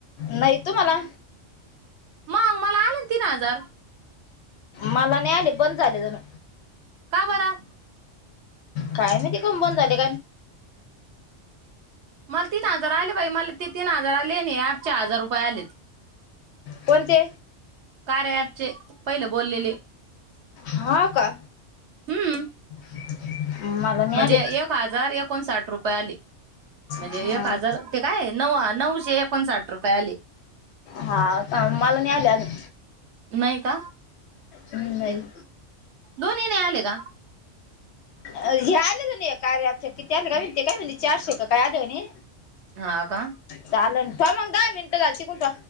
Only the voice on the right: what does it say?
मग मला आले न तीन हजार
का बरं
मला तीन हजार आलय मला ते तीन हजार आले आणि ॲप चार हजार रुपये आलेत
कार्या ॲपचे पहिलं बोललेले
हम्म
म्हणजे
एक हजार एकोणसाठ रुपये आले म्हणजे
एक हजार ते काय नऊ हा नऊशे एकोणसाठ रुपये आले
नाय का
दुनी नाय आले का
हा का